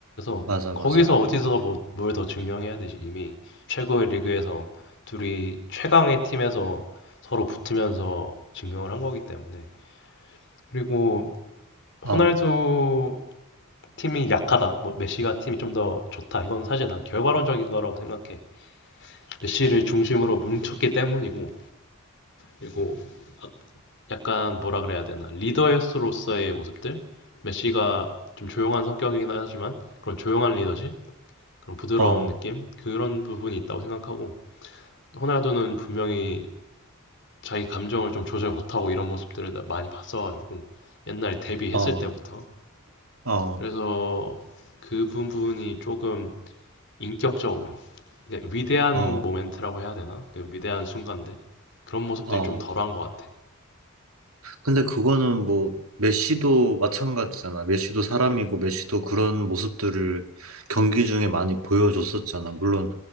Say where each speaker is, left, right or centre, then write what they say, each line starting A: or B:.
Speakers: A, on the left (about 55°); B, on the right (about 75°).
A: 그래서
B: 맞아,
A: 거기서
B: 맞아.
A: 어디서 뭐, 뭘 더 증명해야 되지 이미 최고의 리그에서 둘이 최강의 팀에서 서로 붙으면서 증명을 한 거기 때문에 그리고
B: 어,
A: 호날두 팀이 약하다 뭐 메시가 팀이 좀 더 좋다 이건 사실 난 결과론적인 거라고 생각해 메시를 중심으로 뭉쳤기 때문이고 그리고 아- 약간 뭐라 그래야 되나 리더로서의 모습들 메시가 좀 조용한 성격이긴 하지만 그런 조용한 리더십 그런 부드러운
B: 어,
A: 느낌 그런 부분이 있다고 생각하고 호날두는 분명히 자기 감정을 좀 조절 못하고 이런 모습들을 많이 봤어가지고 옛날에 데뷔했을
B: 어,
A: 때부터
B: 어,
A: 그래서 그 부분이 조금 인격적으로. 근데 위대한
B: 어,
A: 모멘트라고 해야 되나? 그 위대한 순간데 그런 모습들이
B: 어.
A: 좀 덜한 것 같아.
B: 근데 그거는 뭐 메시도 마찬가지잖아. 메시도 사람이고 메시도 그런 모습들을 경기 중에 많이 보여줬었잖아. 물론